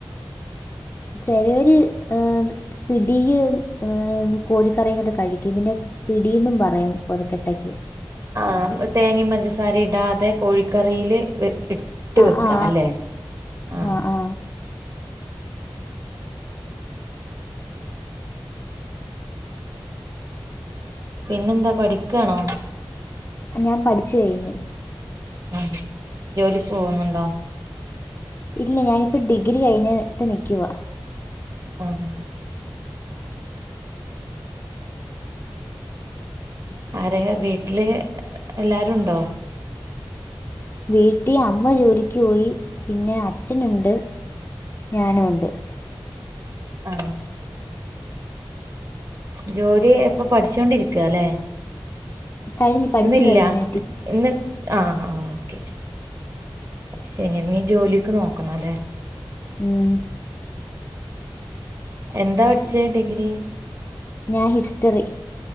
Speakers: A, on the left; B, on the right.
A: ആഹ് ചെലവര് ഏഹ് പിടിയും ഏഹ് കോഴിക്കറിയും കൂടെ കഴിക്കും ഇതിനെ പിടീന്നും പറയും കൊഴുക്കട്ടയ്ക്ക്
B: ആഹ് തേങ്ങയും പഞ്ചസാരയും ഇടാതെ കോഴിക്കറീല് വ ഇട്ട്
A: ആ
B: വെക്കാ
A: ആ
B: അല്ലെ ആഹ്
A: ആ ആ
B: പിന്നെന്താ പഠിക്കാണോ
A: ഞാൻ പഠിച്ച് കഴിഞ്ഞ്
B: ആഹ് ജോലിക്ക് പോകുന്നുണ്ടോ
A: ഇല്ല ഞാനിപ്പോ ഡിഗ്രി കഴിഞ്ഞ് ട്ട് നിക്കുവാ
B: ആഹ് ആരെയ വീട്ടില് എല്ലാരു ഉണ്ടോ
A: വീട്ടി അമ്മ ജോലിക്ക് പോയി പിന്നെ അച്ഛനെണ്ട്. ഞാനുവെണ്ട്
B: ആഹ് ജോലി ഇപ്പൊ പഠിച്ചോണ്ടിരിക്കുവാല്ലെ
A: കഴിഞ്ഞ് പഠിച്ചു
B: ഇന്നില്ലാ
A: കഴിഞ്ഞിട്ട്
B: ഇന്ന് ആഹ് ഓക്കെ ശരി ഇനി ജോലിക്ക് നോക്കണെല്ലേ
A: ഏഹ്
B: എന്താ പട്ച്ചേ ഡിഗ്രി?
A: ഞാ ഹിസ്റ്ററി